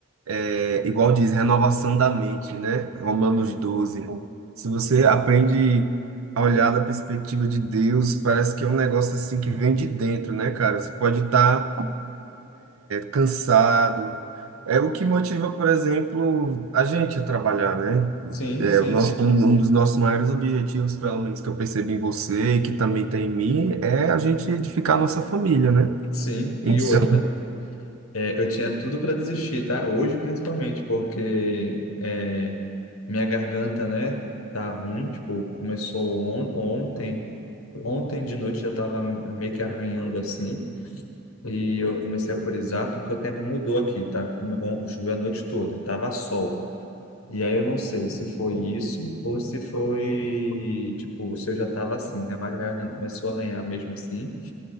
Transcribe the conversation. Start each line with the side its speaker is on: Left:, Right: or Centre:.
Right: é, igual diz, renovação da mente, né? Romanos
Left: Sim,
Right: doze Se você aprende a olhar da perspectiva de Deus, parece que é um negócio assim que vem de dentro, né, cara? Você pode estar, cansado. É o que motiva, por exemplo, a gente a trabalhar, né?
Left: sim,
Right: É,
Left: sim.
Right: o nosso, um um dos nossos maiores objetivos, pelo menos que eu percebi em você e que também tem em mim, é a gente edificar a nossa família, né?
Left: sim.
Right: Então,
Left: E outra, É, eu tinha tudo para desistir, tá? Hoje, principalmente, porque é, minha garganta, né, tá ruim. Tipo, começou on ontem. Ontem de noite já tava meio que arranhando assim. E eu comecei a corizar porque o tempo mudou aqui, tá? Come- on- Choveu a noite toda, e tava sol. E aí eu não sei se foi isso ou se foi, tipo, se eu já tava assim, né? Mas a garganta começou a arranhar mesmo assim.